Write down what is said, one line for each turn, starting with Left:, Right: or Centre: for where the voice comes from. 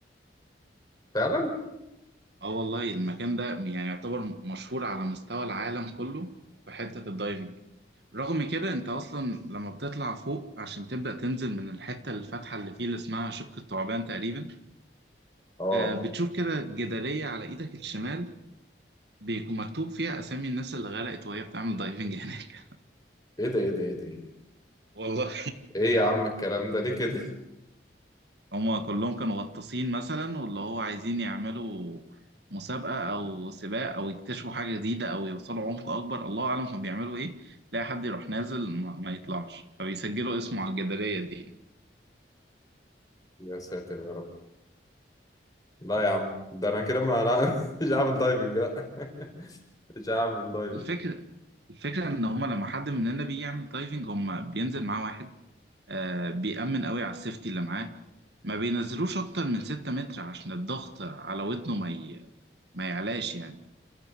Left: فعلا
Right: اه والله المكان ده يعني يعتبر مشهور على مستوى العالم كله في حته الدايفنج رغم كده انت اصلا لما بتطلع فوق عشان تبدأ تنزل من الحتة الفاتحة اللي فيه اللي اسمها شبك الثعبان تقريبا
Left: اه
Right: آه بتشوف كده جدارية على ايدك الشمال بيكون مكتوب فيها اسامي الناس اللي غرقت وهي بتعمل دايفنج هناك
Left: ايه ده ايه ده ايه ده ايه ده
Right: <laughs> والله
Left: ايه يا عم الكلام ده ليه كده
Right: هما كلهم كانوا غطاسين مثلا واللي هو عايزين يعملوا مسابقة أو سباق أو يكتشفوا حاجة جديدة أو يوصلوا عمق أكبر الله أعلم كانوا بيعملوا إيه تلاقي حد يروح نازل ما, ما يطلعش فبيسجلوا اسمه على الجدارية دي
Left: <laughs> يا ساتر يا رب لا يا عم ده انا كده ما لا <laughs> مش هعمل دايفنج لا <laughs> مش هعمل دايفنج
Right: الفكرة الفكرة إن هما لما حد مننا بيجي يعمل دايفنج هما بينزل معاه واحد آه بيأمن قوي على السيفتي اللي معاه ما بينزلوش أكتر من ستة متر عشان الضغط على ودنه ما ي... ما يعلاش يعني